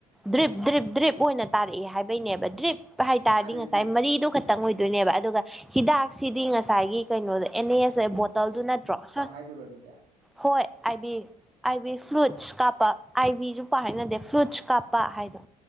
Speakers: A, in the centre; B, on the right (about 65°).
A: ꯗ꯭ꯔꯤꯞ ꯗ꯭ꯔꯤꯞ ꯗ꯭ꯔꯤꯞ ꯑꯣꯏꯅ ꯇꯥꯔꯛꯑꯦ ꯍꯥꯏꯕꯩꯅꯦꯕ ꯗ꯭ꯔꯤꯞ ꯍꯥꯏ ꯇꯥꯔꯗꯤ
B: ꯑꯗꯨꯗꯤ
A: ꯉꯁꯥꯏ ꯃꯔꯤꯗ ꯈꯛꯇꯪ ꯑꯣꯏꯗꯣꯏꯅꯦꯕ ꯑꯗꯨꯒ ꯍꯤꯗꯥꯛꯁꯤꯗꯤ ꯉꯁꯥꯏꯒꯤ ꯀꯩꯅꯣꯁꯦ ꯑꯦꯅꯦꯁꯦ ꯕꯣꯇꯜꯗꯨ ꯅꯠꯇ꯭ꯔꯣ ꯍꯥ
B: ꯍꯥꯏ ꯗꯣꯏꯔꯣ ꯑꯗꯨꯗ
A: ꯍꯣꯏ ꯑꯕꯤ ꯑꯥꯏꯕꯤ ꯐ꯭ꯂꯨꯏꯠꯁ ꯀꯥꯞꯄ ꯑꯥꯏꯕꯤꯁꯨꯄ ꯍꯥꯏꯅꯗꯦ ꯐ꯭ꯂꯨꯠꯁ ꯀꯥꯞꯄ ꯍꯥꯏꯗꯣ